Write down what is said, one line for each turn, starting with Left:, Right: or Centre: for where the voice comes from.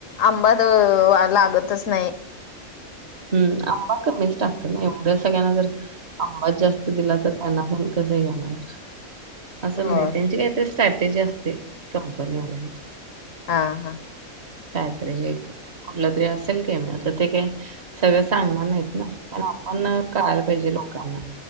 Left: आंबा लागतच नाही.
Right: हम्म आंबा कमीच टाकतात ना एवढ्या सगळ्यांना जर आंबा जास्त दिला, तर त्यांना पण कसं हे होणार. असं
Left: होय
Right: म्हणे त्यांचे काय तर शॉर्टेज असते कंपनी वाल्यांची.
Left: हा हा.
Right: कायतरी हे कुठलं तरी असेल केम, आता ते काय? सगळं सांगणार नाहीत ना, पण आपण कळाला पाहिजे लोकांना.